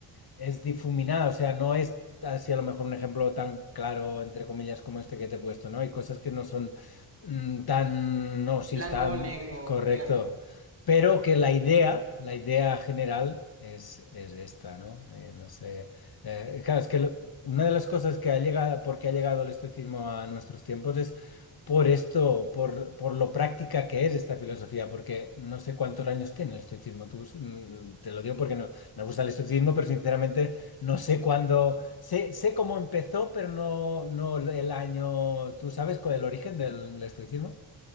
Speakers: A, on the left; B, on the right.
A: es difuminada, o sea, no es así a lo mejor un ejemplo tan claro, entre comillas, como este que te he puesto, ¿no? Hay cosas que no son mm, tan, no, sí,
B: Blanco
A: están
B: o negro,
A: correcto,
B: claro.
A: pero que la idea, la idea general es, es esta, ¿no? Eh, no sé, eh, claro, es que lo- una de las cosas que ha llegado, porque ha llegado el estoicismo a nuestros tiempos es... Por esto, por, por lo práctica que es esta filosofía, porque no sé cuántos años tiene el estoicismo, tú, mm, te lo digo porque no, me gusta el estoicismo, pero sinceramente no sé cuándo. Sé, sé cómo empezó, pero no, no el año. ¿Tú sabes cuál es el origen del estoicismo?